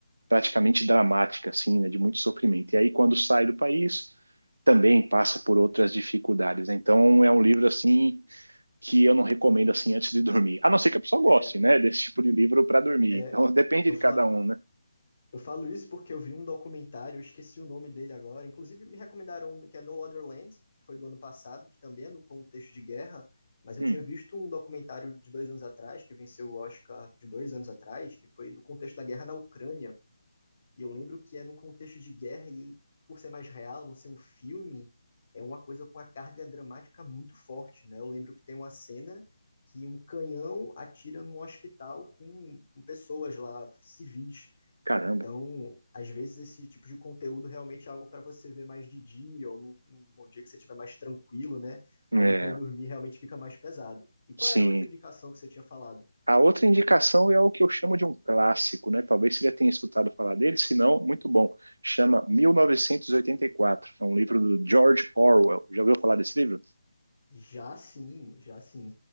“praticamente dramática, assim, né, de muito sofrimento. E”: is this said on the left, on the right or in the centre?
Right